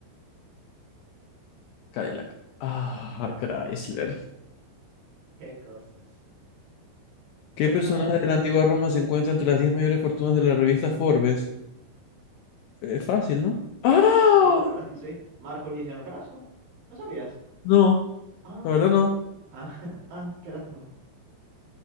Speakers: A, on the left; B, on the right.
A: Cadillac. Ah, Chrysler.
B: ¿Qué cosas?
A: ¿Qué
B: ¿Qué
A: personaje
B: persona eres?
A: de la antigua Roma se encuentra entre las 10 mayores fortunas de la revista Forbes? Es fácil, ¿no? ¡Ah!
B: Sí, la verdad es que sí. Marco Liciano Craso. ¿No sabías?
A: No,
B: Ah,
A: la verdad no.
B: ah, <laughs> ah, qué lástima.